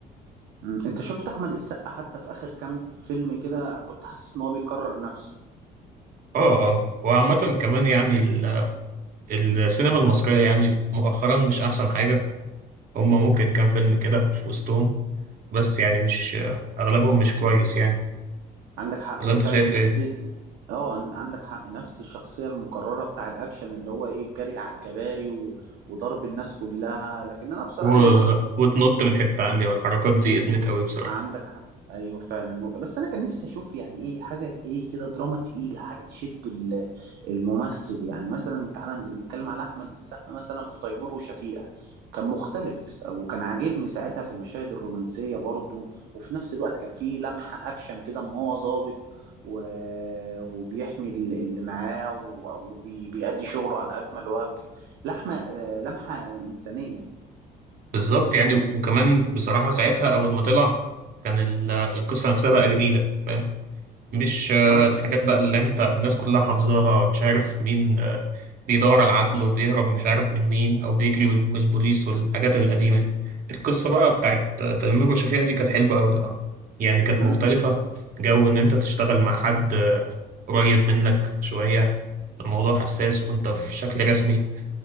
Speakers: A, on the right; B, on the right.
A: أمم، انت شفت احمد السقا حتى في اخر كام فيلم كده كنت حاسس ان هو بيكرر نفسه
B: اه اه وعامه كمان يعني ال- السينما المصريه يعني مؤخرا مش احسن حاجه هم ممكن كام فيلم كده في وسطهم بس يعني مش
A: مم.
B: اغلبهم مش كويس يعني
A: عندك حق
B: ولا
A: هي
B: انت
A: فعلا
B: شايف
A: نفسية
B: ايه
A: اه عن- عندك حق نفس الشخصية المكررة بتاع الأكشن اللي هو إيه الجري على الكباري و... وضرب الناس كلها لكن أنا بصراحة
B: و...
A: يعني
B: وتنط من حتة عالية والحركات دي ادمت قوي بصراحة
A: عندك حق ايوه فعلا وجه. بس انا كان نفسي اشوف يعني ايه حاجه ايه كده دراما تقيله حاجه تشد ال- الممثل يعني مثلا تعالى نتكلم على احمد السقا مثلا في تيمور وشفيقه كان مختلف وكان عاجبني ساعتها في المشاهد الرومانسيه برضو وفي نفس الوقت كان فيه لمحه اكشن كده ان هو ظابط و... وبيحمي ال- اللي معاه وبيأدي شغله على اجمل وجه لحمه آه، لمحه انسانيه
B: بالظبط يعني وكمان بصراحة ساعتها أول ما طلع كان ال... القصة نفسها بقى جديدة فاهم مش آه،
A: اه
B: الحاجات بقى اللي أنت الناس كلها حافظاها مش عارف مين آه، بيدور على العدل وبيهرب مش عارف من مين أو بيجري من من البوليس والحاجات القديمة دي القصة بقى بتاعت تيمور وشفيقة دي كانت حلوة أوي أه يعني كانت
A: مم.
B: مختلفة جو إن أنت تشتغل مع حد آه، قريب منك شوية الموضوع حساس وأنت في شكل رسمي